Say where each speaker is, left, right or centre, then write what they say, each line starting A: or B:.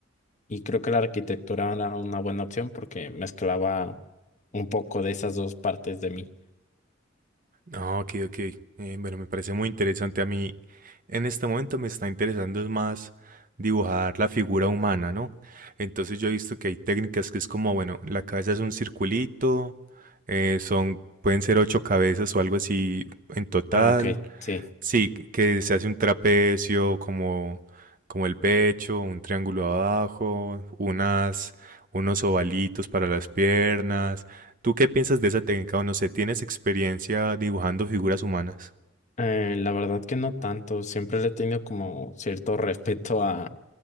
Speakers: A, on the left; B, on the right.
A: Y creo que la arquitectura era una buena opción porque mezclaba un poco de esas dos partes de mí.
B: Ah, ok, ok. Eh, bueno, me parece muy interesante. A mí en este momento me está interesando es más dibujar la figura humana, ¿no? Entonces yo he visto que hay técnicas que es como, bueno, la cabeza es un circulito, eh, son, pueden ser ocho cabezas o algo así en total.
A: Ah, ok, sí.
B: Sí, que se hace un trapecio como, como el pecho, un triángulo abajo, unas, unos ovalitos para las piernas. ¿Tú qué piensas de esa técnica? O no sé, ¿tienes experiencia dibujando figuras humanas?
A: Eh, la verdad que no tanto. Siempre le he tenido como cierto <laughs> respeto a,